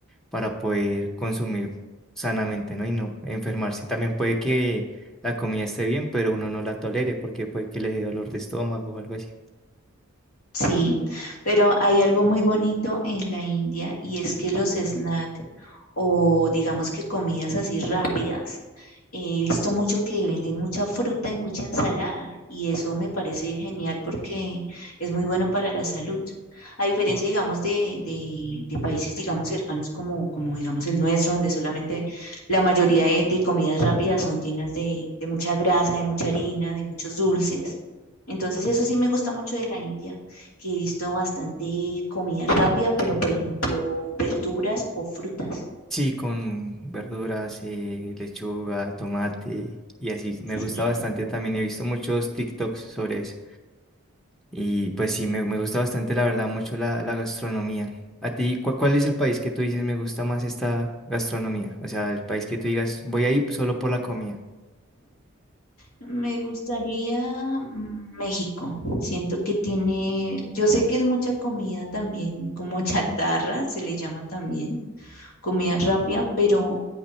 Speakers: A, in the centre; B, on the left (about 80°).
A: para poder consumir sanamente, ¿no? Y no enfermarse. También puede que la comida esté bien, pero uno no la tolere porque puede que le dé dolor de estómago o algo así.
B: Sí, pero hay algo muy bonito en la India y es que los snacks o digamos que comidas así rápidas, he visto mucho que venden mucha fruta y mucha ensalada y eso me parece genial porque es muy bueno para la salud. A diferencia, digamos, de, de, de países, digamos, cercanos como, como, digamos, el nuestro, donde solamente la mayoría de, de comidas rápidas son llenas de, de mucha grasa, de mucha harina, de muchos dulces. Entonces, eso sí me gusta mucho de la India que he visto bastante comida rápida, pero por ejemplo, verduras o frutas.
A: Sí, con verduras, eh, lechuga, tomate y así. Me
B: Sí,
A: gusta bastante también. He visto muchos TikToks sobre eso. Y pues sí, me, me gusta bastante, la verdad, mucho la, la gastronomía. ¿A ti cua- cuál, es el país que tú dices me gusta más esta gastronomía? O sea, el país que tú digas, voy ahí solo por la comida.
B: me gustaría mm, México. Siento que tiene, yo sé que es mucha comida también, como <laughs> chatarra, se le llama también, comida rápida, pero